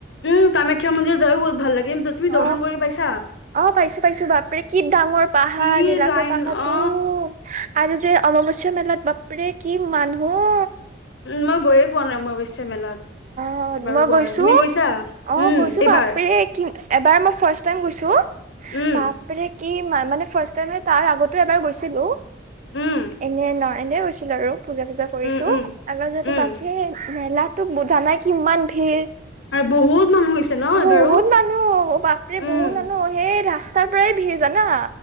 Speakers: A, on the left (about 90°); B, on the right (about 45°).
A: উম, কামাখ্যা মন্দিৰত যায়ও বহুত ভাল লাগে কিন্তু তুমি
B: অ
A: দৰ্শন কৰি পাইছা।
B: অ' পাইছো-পাইছো বাপৰে কি ডাঙৰ পাহাৰ
A: কি
B: নীলাচৰ
A: লাইন
B: পাহা
A: অ
B: টো আৰু যে অমংগ আচ মেলাত বাপৰে কি মানুহ।
A: উম, মই গৈয়ে পোৱা নাই অৱশ্যে মেলাত।
B: অ'
A: এবাৰো
B: মই
A: গোৱা
B: গৈছো
A: নাই তুমি গৈছা
B: অ'
A: উম
B: গৈছো
A: এইবাৰ
B: বাপৰে কি এবাৰ মই ফাৰ টাইম গৈছো।
A: উম
B: বাপৰে কি মানে? মানে ফাৰ্ষ্ট টাইমে, তাৰ আগতো এবাৰ গৈছিলো।
A: উম
B: এনে, নহ। এনে গৈছিলো আৰু, পূজা চুজা কৰিছো।
A: উম উম
B: আল্লা যাতে
A: উম
B: বাপে মেলাত। তোক <unintelligible> জানাই কিমান ভিৰ?
A: আৰু বহুত। মানুহ হৈছে ন
B: বহুত
A: এবাৰো
B: মানুহ, বাপৰে
A: উম
B: বহুত মানুহ। সেই ৰাস্তাৰ পৰাই ভিৰ জানা?